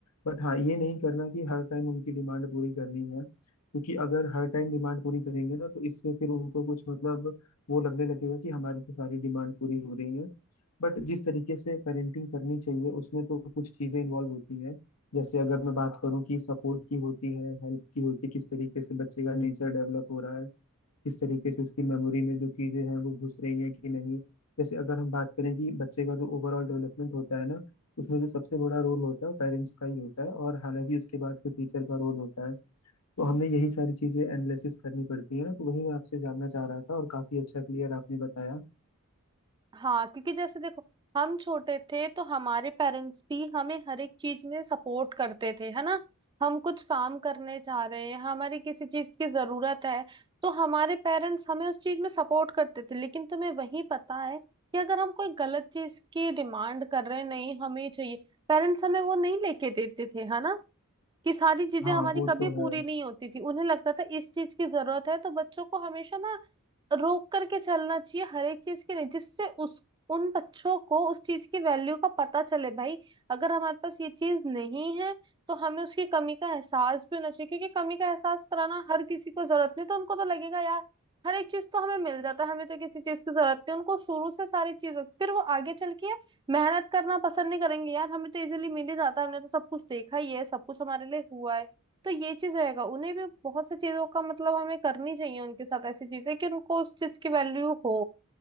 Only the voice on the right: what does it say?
हाँ क्योंकि जैसे देखो हम छोटे थे तो हमारे पेरेंट्स भी हमें हर एक चीज में सपोर्ट करते थे है ना हम कुछ काम करने चाह रहे हैं हमारी किसी चीज की जरूरत है तो हमारे पेरेंट्स हमें उस चीज में सपोर्ट करते थे लेकिन तुम्हें वही पता है कि अगर हम कोई गलत चीज की डिमांड कर रहे हैं नहीं हमें ये चाहिए पेरेंट्स हमें वो नहीं लेके देते थे है ना कि सारी चीजें
हमारी
कभी
पूरी
नहीं होती थी उन्हें लगता था इस चीज की जरूरत है तो बच्चों को हमेशा ना रोक करके चलना चाहिए हर एक चीज के लिए जिससे उस उन बच्चों को उस चीज की वैल्यू का पता चले भाई अगर हमारे पास ये चीज नहीं है तो हमें उसकी कमी का एहसास भी होना चाहिए क्योंकि कमी का एहसास कराना हर किसी को जरूरत नहीं तो उनको तो लगेगा यार हर एक चीज तो हमें मिल जाता है हमें तो किसी चीज की जरूरत नहीं उनको शुरू से सारी चीजों फिर वो आगे चल के मेहनत करना पसंद नहीं करेंगे यार हमें तो इजीली मिल ही जाता है हमने तो सब कुछ देखा ही है सब कुछ हमारे लिए हुआ है तो ये चीज रहेगा उन्हें भी बहुत सी चीजों का मतलब हमें करनी चाहिए उनके साथ ऐसी चीजें कि उनको उस चीज की वैल्यू हो